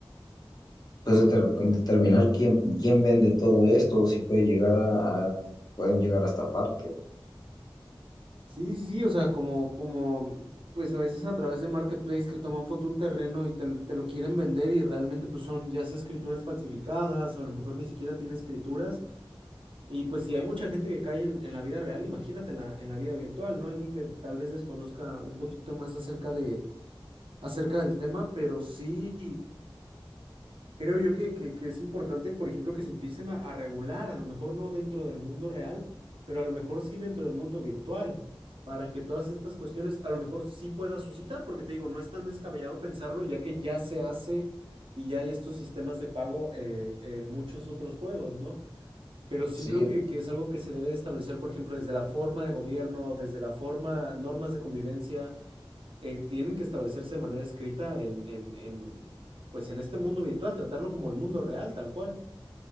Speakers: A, on the left (about 45°); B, on the right (about 75°).
A: pues deter- determinar quién, quién vende todo esto, si puede llegar a, a- pueden llegar a estafarte.
B: Sí, sí, sí, o sea, como, como, pues a veces a través de marketplace que toman foto un terreno y te, l- te lo quieren vender y realmente pues son ya sea escrituras falsificadas o a lo mejor ni siquiera tiene escrituras. Y pues si hay mucha gente que cae en, en la vida real, imagínate en la, en la vida virtual, ¿no? Alguien que tal vez desconozca un poquito más acerca de, acerca del tema, pero sí creo yo que, que- que es importante, por ejemplo, que se empiecen a, a regular, a lo mejor no dentro del mundo real, pero a lo mejor sí dentro del mundo virtual, para que todas estas cuestiones a lo mejor sí puedan suscitar, porque te digo, no es tan descabellado pensarlo, ya que ya se hace y ya hay estos sistemas de pago eh, en muchos otros juegos, ¿no? Pero sí
A: Sí,
B: creo que, que es algo que se debe de establecer, por ejemplo, desde la forma de gobierno, desde la forma, normas de convivencia eh, tienen que establecerse de manera escrita en, en, en, pues en este mundo virtual, tratarlo como el mundo real, tal cual.